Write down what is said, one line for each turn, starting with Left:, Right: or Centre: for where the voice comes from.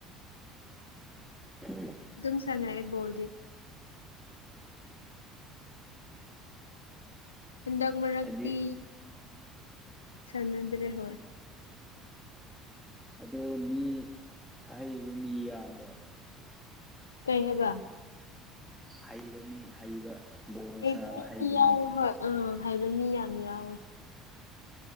Centre: ꯎꯝ
Left: ꯑꯗꯨꯝ ꯁꯥꯟꯅꯑꯦ ꯕꯣꯜꯗꯤ ꯍꯟꯗꯛ ꯃꯔꯛꯇꯤ
Centre: ꯍꯥꯏꯗꯤ
Left: ꯁꯥꯟꯅꯗ꯭ꯔꯦ ꯍꯣꯏ
Centre: ꯑꯗꯣ ꯃꯤ ꯑꯍꯩꯕ ꯃꯤ ꯌꯥꯝꯕ꯭ꯔꯣ
Left: ꯀꯩꯍꯕ
Centre: ꯍꯩꯕ ꯃꯤ ꯍꯩꯕ ꯕꯣꯜ
Left: ꯍꯕ
Centre: ꯁꯥꯟꯅꯕ ꯍꯩꯕ
Left: ꯃꯤ ꯌꯥꯎꯋꯦ ꯍꯣꯏ ꯎꯝ ꯍꯩꯕ ꯃꯤ ꯌꯥꯝ ꯌꯥꯎꯋꯦ